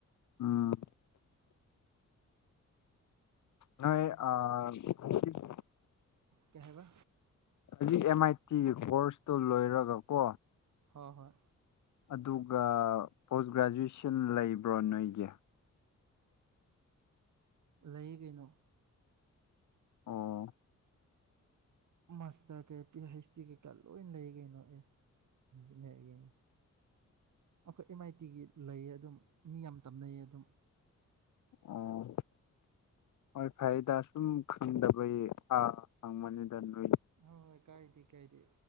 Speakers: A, on the left; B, on the right.
A: ꯎꯝ ꯅꯪ ꯑꯥ <unintelligible>
B: ꯀꯩ ꯍꯥꯏꯕ
A: ꯍꯧꯖꯤꯛ ꯑꯦꯝ ꯑꯥꯏ ꯇꯤꯒꯤ ꯀꯣꯔꯁꯇꯨ ꯂꯣꯏꯔꯒ ꯀꯣ
B: ꯍꯣꯏ ꯍꯣꯏ
A: ꯑꯗꯨꯒ ꯄꯣꯁ ꯒ꯭ꯔꯦꯖꯨꯑꯦꯁꯟ ꯂꯩꯕ꯭ꯔꯣ ꯅꯣꯏꯒꯤ
B: ꯂꯩꯌꯦ ꯀꯩꯅꯣ
A: ꯑꯣ
B: ꯃꯥꯁꯇꯔ ꯀꯩ ꯄꯤ ꯍꯩꯆ ꯗꯤ ꯀꯩꯀꯥ ꯂꯣꯏ ꯂꯩ ꯀꯩꯅꯣ ꯑꯦ ꯏꯟꯖꯤꯅꯤꯌꯥꯔꯤꯡ ꯑꯩꯈꯣꯏ ꯑꯦꯝ ꯑꯥꯏ ꯇꯤꯒꯤ ꯂꯩꯌꯦ ꯑꯗꯨꯝ ꯃꯤ ꯌꯥꯝ ꯇꯝꯅꯩꯌꯦ ꯑꯗꯨꯝ
A: ꯑꯣ ꯍꯣꯏ ꯐꯔꯦꯗ ꯁꯨꯝ ꯈꯪꯗꯕꯒꯤ ꯑ ꯍꯪꯕꯅꯤꯗ ꯅꯣꯏ
B: ꯍꯣꯏ ꯍꯣꯏ ꯀꯥꯏꯗꯦ ꯀꯥꯏꯗꯦ